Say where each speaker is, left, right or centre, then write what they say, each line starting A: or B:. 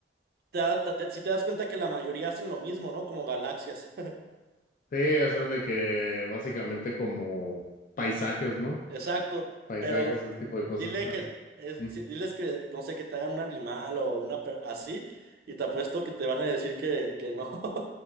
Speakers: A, on the right; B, on the left.
A: te da- te- si te das cuenta que la mayoría hacen lo mismo, ¿no? Como galaxias.
B: Sí, hacen de que básicamente como paisajes, ¿no?
A: Exacto,
B: Paisajes,
A: pero
B: ese tipo de cosas.
A: dile
B: ah.
A: que es,
B: Ujú.
A: sí, diles que no sé, que te hagan un animal o una per- así, y te apuesto que te van a decir que, que no. <laughs>